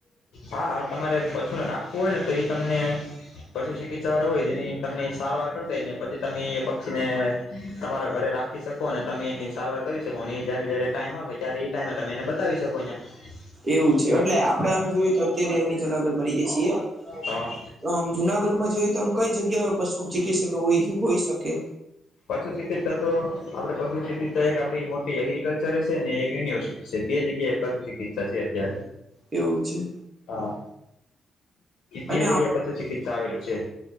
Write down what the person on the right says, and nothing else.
એવું છે એટલે આપડે આમ જોયએ તો અત્યારે અમે જુનાગઢ મળી જયસે એમ
તો આમ જુનાગઢમાં જોયએ તો આમ કઈ જગ્યાએ પશુ ચિકિત્સ હોઈ શકે
એવું છે
અને